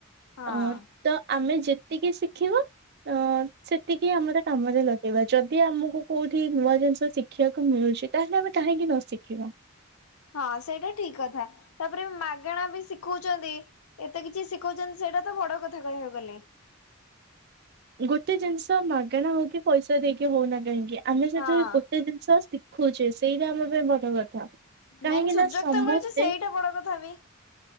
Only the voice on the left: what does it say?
ହଁ।
ହଁ ସେଇଟା ଠିକ କଥା ତାପରେ ମାଗଣା ବି ଶିଖଉଛନ୍ତି। ଏତେ କିଛି ଶିଖଉଛନ୍ତି ସେଇଟା ତ ବଡ କଥା କହିବାକୁ ଗଲେ।
ହଁ
ମେନ୍ ସୁଯୋଗ
ତ ମିଳୁଛି ସେଇଟା ବଡ କଥା ବି।